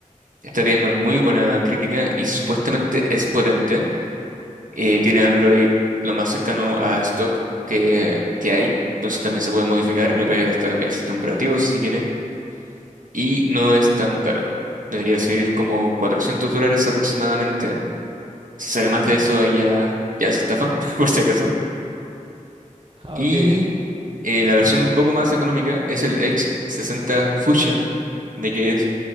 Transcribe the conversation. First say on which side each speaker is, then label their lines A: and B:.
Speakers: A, on the right; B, on the right.
A: Está teniendo muy buena crítica y supuestamente es potente. Eh, tiene Android lo más cercano a stock que, que hay. Entonces también se puede modificar, le puedes hasta cambiar el sistema operativo si se quiere. y no es tan caro. Debería ser como 400 dólares aproximadamente. Si sale más de eso, ahí ya, ya es estafa, <laughs> por si acaso.
B: Ah,
A: Y
B: ok, entiendo.
A: eh, la versión un poco más económica es el Edge sesenta Fusion, de que es,